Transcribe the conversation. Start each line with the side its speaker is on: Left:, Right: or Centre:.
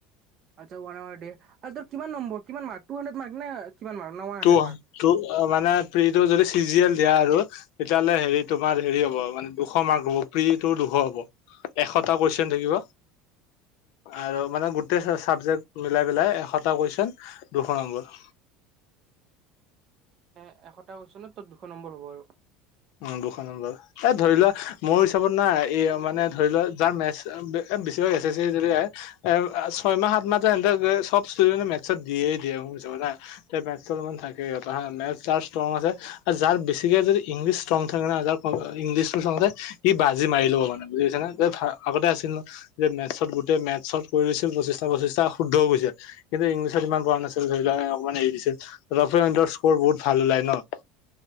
Right: আচ্ছা ৱান আৱাৰ দিয়ে, আচ্ছা কিমান নম্বৰ কিমান মাৰ্ক টু হাড্ৰেড মাৰ্ক নে কিমান মাৰ্ক নে one hundred
Left: two
Right: mark
Left: two মানে প্ৰিটো যদি চিজিয়েল দিয়া আৰু তেতিয়াহলে হেৰি তোমাৰ হেৰি হ'ব মানে দুশ মাৰ্ক হব প্ৰিটো দুশ হ'ব। এশটা কোৱেশ্বন থাকিব আৰু মানে গোটেই চা চাবজেক্ট মিলাই পেলাই এশটা কুৱেচন দুশ নম্বৰ।
Right: এ এশটা কোৱেচনত ত দুশ নম্বৰ হ'ব আৰু।
Left: উম দুশ নম্বৰ, এ ধৰি লোৱা মোৰ হিচাপত নাই এ মানে ধৰি লোৱা যাৰ মেচ এ বেছিভাগ এছ এছ চি যদি আহে ছয় মাহ সাত মাহে যে চব <inaudible> ইচতোদেনে চব দিয়ে দিয়ে <unintelligible> তে মেথচৰ অলপমান থাকে বা মেথচ তাৰ ষ্ট্ৰং আছে আৰু যাৰ বেছিকে যদি ইংলিছ ষ্ট্ৰঙ থাকে নে <unintelligible> ইংলিছটো চাওঁতে সি বাজি মাৰি ল'ব মানে, বুজি পাইছা না? যে ভা- আগতে আ ছিল ন' যে মেথছত গোটে মেথছত কৰি লৈছিল। পঁচিছটা - পঁচিছটা শুদ্ধও গৈছে। কিন্তু ইংলিছত ইমান কৰা না নাছিল ধৰি লোৱা, এ অকমান এৰি দিছিল। ৰফেৰ স্কৰ বহুত ভাল ওলায় ন'?